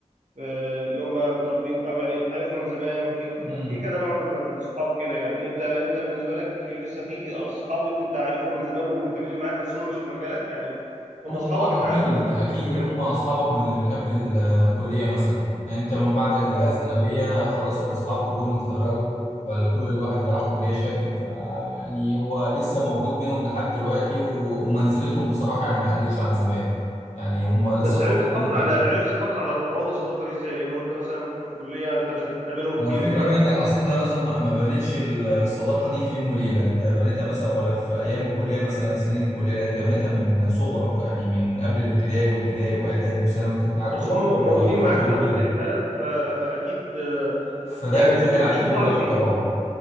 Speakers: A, on the right; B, on the left.
A: في اللي هم متربين او يعني عارفهم من زمان وفي اصدقاء
B: مم.
A: في كذا نوع من الصحاب كده يعني انت انت بالنسبه لك لسه في اصحاب انت عارفهم من زمان ومكملين معاك بس هم مش في مجالك يعني هم
B: هم
A: اصحابك
B: اه
A: انت
B: اكيد
A: عارفهم بس
B: اكيد
A: مش في مجالك
B: اللي هم اصحابك من من قبل الكليه مثلا يعني انت من بعد الثانويه
A: اه
B: خلاص الاصحاب كلهم اتفرقوا فكل الواحد اللي راح كليه شكل ف يعني هو لسه موجود منهم لحد دلوقتي و- ومنزلتهم بصراحه يعني ما قلتش عن زمان يعني هم
A: بس
B: لسه
A: عرفت تحافظ
B: هم
A: على عرفت تحافظ على روابط الصداقه دي ازاي لانه انت مثلا في كليه انت مش هتقابلهم كتير
B: ما هو الفكرة
A: ف
B: بقى انك اصل انت مثلا ما ما بنيتش ال- الصداقة دي في يوم وليلة انت بنيتها مثلا ولا في ايام الكلية مثلا سنين الكلية لا انت بنيتها من صغرك يعني من قبل الابتدائي وابتدائي واعدادي وثانوي فانت قعدت
A: بس
B: برضه
A: هم موجودين
B: فترة
A: معاك في
B: كبيرة
A: نفس البلد ف... فاكيد آه،
B: فده
A: يعني
B: بيسهل
A: بت... بتشوفوا
B: عليك الموضوع
A: بعض كتير
B: اكتر اه